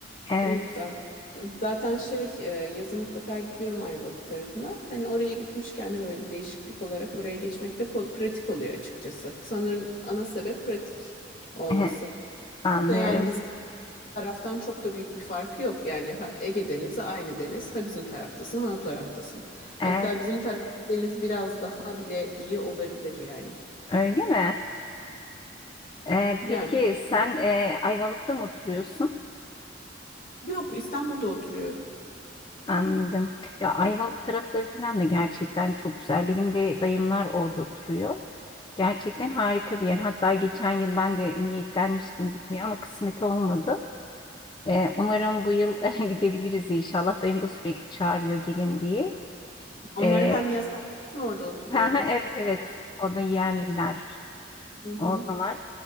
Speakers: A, on the left (about 25°); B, on the left (about 50°).
A: evet.
B: O yüzden. Zaten şey e, yazın mutlaka gidiyorum Ayvalık tarafına. Hani oraya gitmişken de böyle bir değişiklik olarak oraya geçmek de kol- pratik oluyor açıkçası. Sanırım ana sebep pratik olması.
A: <laughs> Anlıyorum.
B: Da yani bizim taraftan çok da büyük bir farkı yok. Yani ha Ege Denizi aynı deniz. Ha bizim taraftasın, ha o taraftasın.
A: Ee,
B: Hatta bizim tarafta deniz biraz daha bile iyi olabilir yani.
A: öyle mi? Ee,
B: Yani
A: peki sen
B: ben-
A: e, Ayvalık'ta mı oturuyorsun?
B: yok İstanbul'da oturuyorum.
A: Anladım. Ya Ayvalık tarafları falan da gerçekten çok güzel. Benim de dayımlar orada oturuyor. Gerçekten harika bir yer. Hatta geçen yıl ben de niyetlenmiştim gitmeye ama kısmet olmadı. Ee, umarım bu yıl <laughs> gidebiliriz inşallah. Dayım da sürekli çağırıyor gelin diye.
B: Onlar
A: Ee,
B: hem yaz hem kışın orada oturuyorlar.
A: <laughs> ha, ha, evet evet orada yerliler
B: Hı hı.
A: Orada
B: hı.
A: var.